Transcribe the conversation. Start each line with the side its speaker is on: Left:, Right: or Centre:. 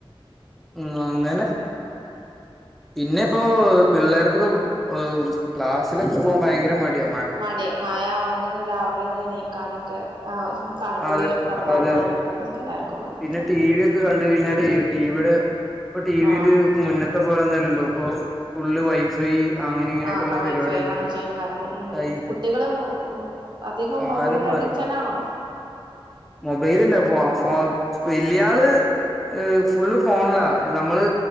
Centre: ഉ അങ്ങനെ പിന്നെ ഇപ്പോ പിള്ളേർക്കൊക്കെ ക്ലാസ്സിലൊക്കെ പോകാൻ ഭയങ്കര മടിയ
Right: മടി മഴ ആവുന്നത് രാവിലെ എണീക്കാനൊക്കെ ആ തണുപ്പില്
Centre: അതെ
Right: കടന്നിറങ്ങാൻതിനക്ക
Centre: അതെ അതെ
Right: എല്ലാവർക്കും വന്നിട്ടണ്ട്
Centre: പിന്നെ ടി വി ഒക്കെ കണ്ട കഴിഞ്ഞാഈ ടിവിയുടെ ഇപ്പൊ ടി വിൽ
Right: ആഹ്
Centre: മുന്നത്തെ പോലന്നല്ലല്ലോ ഇപ്പോ ഫുള്ള് വൈഫൈ അങ്ങനെ ഇങ്ങനെയൊക്കെയുള്ള
Right: ആ വൈഫൈ
Centre: പരിപാടില്ലേ
Right: കണക്ഷൻ കാരണം ഉ
Centre: ട്ടായി
Right: കുട്ടികൾ അധികം
Centre: കാലം
Right: മൊബൈൽ
Centre: മാറി
Right: അഡിക്ഷനാണോ
Centre: മൊബൈലല്ല ഫോൽ ഫ വലിയ ആള് ഫുള്ള് ഫോണല്ല നമ്മള്